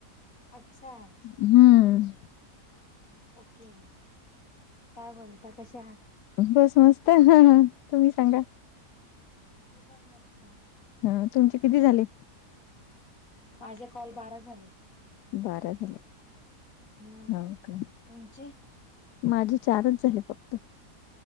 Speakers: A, on the left (about 55°); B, on the left (about 80°).
A: आच्छा!
B: हम्म्.
A: ओके, काय म्हणता कशा आहात?
B: बस, मस्त. तुम्ही सांगा?
A: मी पण मस्त
B: हं तुमचे किती झाले?
A: माझे कॉल बारा झाले.
B: बारा झाले.
A: हम्म्
B: हो का
A: तुमचे
B: माझे चारच झाले फक्त.